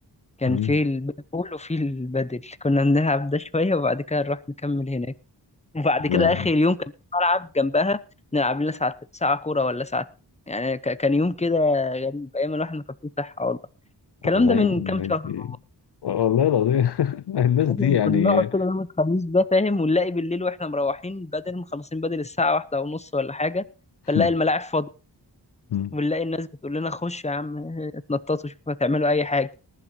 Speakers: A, on the left (about 15°); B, on the left (about 65°).
A: كان
B: مم.
A: فيه الباد بول وفيه البادل كنا بنلعب ده شوية وبعد كده نروح نكمل هناك وبعد كده
B: والله
A: اخر اليوم كان في ملعب جنبها نلعب لنا ساعة ساعة كورة ولا ساعتين يعني ك- كان يوم كده غريب ايام الواحد ما كان فيه صحة والله الكلام
B: والله
A: ده من
B: الناس
A: كام شهر
B: دي
A: والله
B: والله العظيم <laughs> الناس
A: فاهم؟
B: دي يعني
A: كنا نقعد كده يوم الخميس ده فاهم ونلاقي بالليل واحنا مروحين بدل مخلصين بدل الساعة واحدة ونص ولا حاجة
B: <laughs>
A: فنلاقي الملاعب فاضية
B: مم.
A: ونلاقي الناس بتقول لنا خشوا يا عم اتنططوا شوفوا هتعملوا اي حاجة